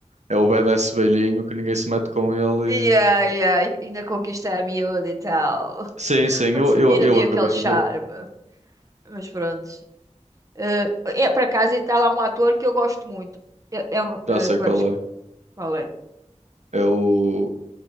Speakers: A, on the right (about 70°); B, on the right (about 25°).
A: é o badass velhinho que ninguém se mete com ele.
B: Yeah,
A: e-
B: yeah. e Ainda conquista a miúda e tal.
A: Sim, sim,
B: <laughs>
A: eu, eu,
B: E Ainda
A: eu
B: tem
A: acabei
B: aquele charme.
A: de ver,
B: Mas pronto. Eh, é, por acaso está lá um ator que eu gosto muito. É, é um, eh,
A: já sei
B: agora
A: qual
B: esque-
A: é.
B: qual é?
A: É o.